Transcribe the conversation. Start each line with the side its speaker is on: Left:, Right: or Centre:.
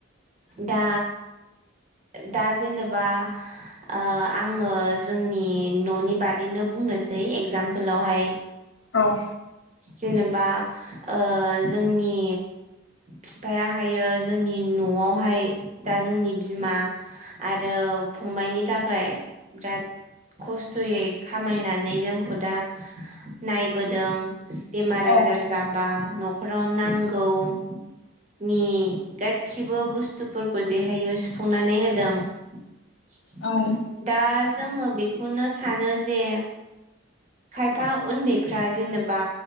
Right: दा दा जेनेबा।
Left: <inaudible>
Right: ओ आङो जोंनि न'नि बादैनो बुंनोसै एगजामपोलावहाय।
Left: औ
Right: जेनेबा ओ जोंनि बिफायाहायो जोंनि न'आवहाय दा जोंनि बिमा आरो फंबायाइनि थाखाय बिराद खस्थ'यै खामायनानै जोंखौ दा नायबोदों। बेमार
Left: औ
Right: आजार जाबा न'खराव नांगौनि ग गसिबो बुस्थुफोरखौ जेहायो सुफुंनानै होदों। <inaudible>
Left: औ
Right: दा जोङो बेखौनो सानो जे खायफा उन्दैफ्रा जेनेबा